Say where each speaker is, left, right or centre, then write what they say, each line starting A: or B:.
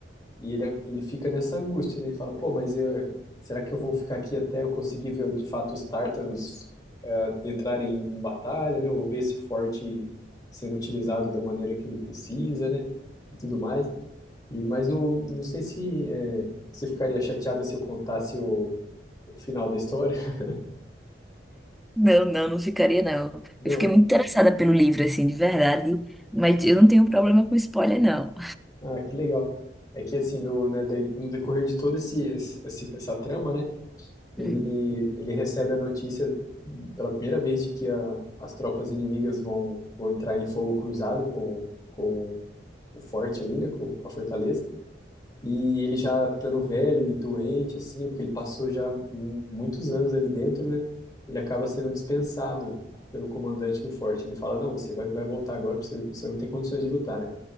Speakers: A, on the left (about 20°); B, in the centre.
A: E ele, ele fica nessa angústia, né? Ele fala, pô, mas eu, será que eu vou ficar aqui até eu conseguir ver de fato os tártaros eh, entrarem em batalha, né? Eu vou ver esse forte sendo utilizado da maneira que ele precisa, né? E tudo mais. E, mas não, não sei se é, você ficaria chateada se eu contasse o, o final da história. <laughs>
B: Não, não, não ficaria, não.
A: Não?
B: Eu fiquei muito interessada pelo livro, assim, de verdade. Mas eu não tenho problema com spoiler, não.
A: Ah, que legal. É que assim, no, né, daí, no decorrer de toda esse, esse- essa trama, né, ele,
B: Hum.
A: ele recebe a notícia pela primeira vez de que a- as tropas inimigas vão, vão entrar em fogo cruzado com, com o forte ali, né, com, com a fortaleza. E ele já estando velho e doente, assim, né, porque ele passou já mu- muitos anos ali dentro, né? Ele acaba sendo dispensado pelo comandante do forte. Ele fala: Não, você vai, vai voltar agora, porque você, você não tem condições de lutar, né?